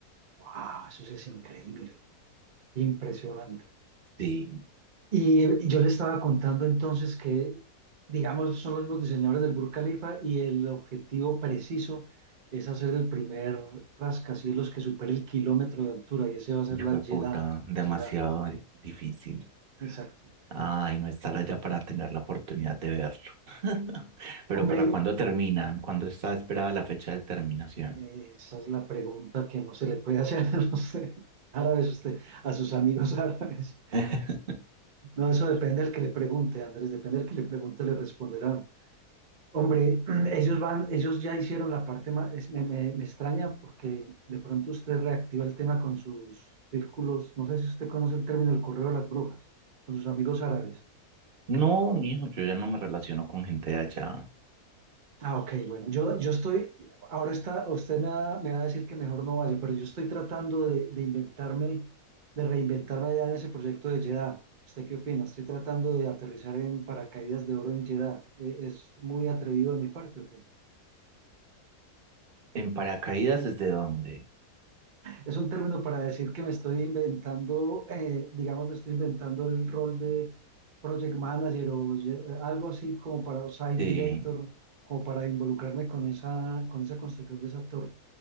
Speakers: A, on the right; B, on the right.
A: Wow, eso sí es increíble, impresionante.
B: Sí,
A: Y yo le estaba contando entonces que, digamos, son los mismos diseñadores del Burj Khalifa y el objetivo preciso es hacer el primer rascacielos que supere el kilómetro de altura y ese va a ser
B: hijo
A: la
B: de
A: Jeddah,
B: puta, demasiado
A: Jeddah,
B: difícil.
A: exacto.
B: Ay, no estar allá para tener la oportunidad de verlo. <laughs> Pero
A: Hombre,
B: ¿para cuándo terminan? ¿Cuándo está esperada la fecha de terminación?
A: Eh, Esa es la pregunta que no se le puede hacer <laughs> a los eh, árabes, usted, a sus amigos árabes.
B: <laughs>
A: No, eso depende del que le pregunte, Andrés, depende del que le pregunte, le responderán. Hombre, <clears throat> ellos van, ellos ya hicieron la parte más, es- me, me- me extraña porque de pronto usted reactiva el tema con sus círculos, no sé si usted conoce el término el correo de las brujas, con sus amigos árabes.
B: No, mijo, yo ya no me relaciono con gente de allá.
A: Ah, ok, bueno, yo, yo estoy, ahora está, usted me va, me va a decir que mejor no vaya, pero yo estoy tratando de, de inventarme, de reinventarme ya en ese proyecto de Jeddah. ¿Usted qué opina? Estoy tratando de aterrizar en paracaídas de oro en Jeddah. Eh, ¿Es muy atrevido de mi parte o qué?
B: ¿En paracaídas desde dónde?
A: Es un término para decir que me estoy inventando, eh, digamos, me estoy inventando el rol de project manager o ye- algo así como para o site
B: Sí.
A: director, como para involucrarme con esa, con esa construcción de esa torre.